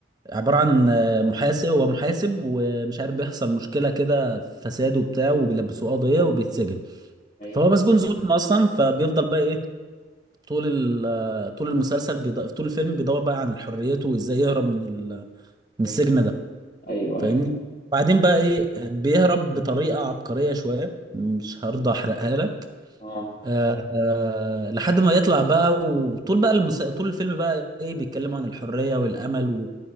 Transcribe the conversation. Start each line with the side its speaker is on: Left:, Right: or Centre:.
Right: عبارة عن آه محاسب هو محاسب ومش عارف بيحصل مشكلة كده فساد وبتاع وبيلبسوه قضية وبيتسجن
Left: ايوه
Right: فهو مسجون ظلم اصلا فبيفضل بقى ايه طول ال- آه، طول المسلسل بيض... طول الفيلم بيدور بقى عن حريته وازاي يهرب من ال... من السجن
Left: ايوه
Right: ده
Left: ايوه
Right: فاهمني
Left: ايوه
Right: بعدين
Left: اه
Right: بقى ايه بيهرب بطريقه عبقريه شويه مش هرضى احرقها لك
Left: اه
Right: آه آه لحد ما يطلع بقى وطول بقى المسا... طول الفيلم بقى ايه بيتكلموا عن الحريه والامل و...